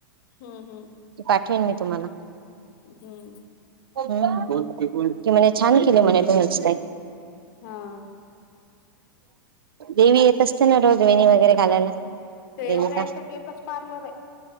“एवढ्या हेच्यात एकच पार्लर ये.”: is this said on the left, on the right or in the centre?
Left